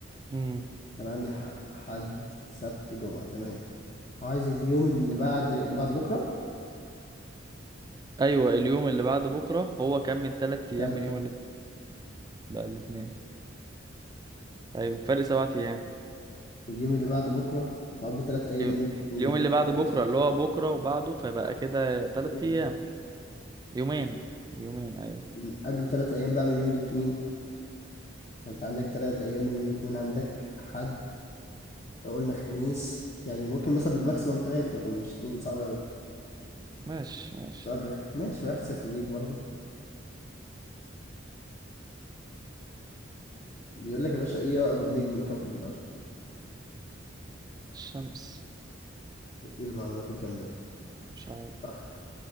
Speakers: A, on the right; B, on the left.
A: امم
B: فأنا عندي حق حد سبت جمعة تمام عايز اليوم اللي بعد اللي بعد بكرة
A: أيوة اليوم اللي بعد بكرة هو كان من تلات أيام
B: تل-
A: من يوم الاثنين بقى الاثنين أيوة فرق سبعة أيام
B: اليوم اللي بعد بكرة وقبل ثلاث أيام
A: يو-
B: من يوم الاثنين
A: اليوم
B: كده
A: اللي بعد
B: فرق خمسة
A: بكرة اللي هو بكرة وبعده فبقى كده تلات
B: يومين
A: أيام يومين يومين أيوة
B: م، قبل ثلاث أيام بقى من يوم الاثنين فأنت عندك ثلاث أيام من يوم الاثنين عندك حد قلنا خميس يعني ممكن مثلا بالماكسيموم ثلاث لكن مش اثنين صعب أوي
A: ماشي ماشي
B: سؤال رخم ماشي واحد صفر ليك برضه بيقول لك يا باشا إيه أقرب نجم لكوكب الأرض
A: الشمس
B: إيه المعلومات الجامدة دي
A: مش عارف
B: صح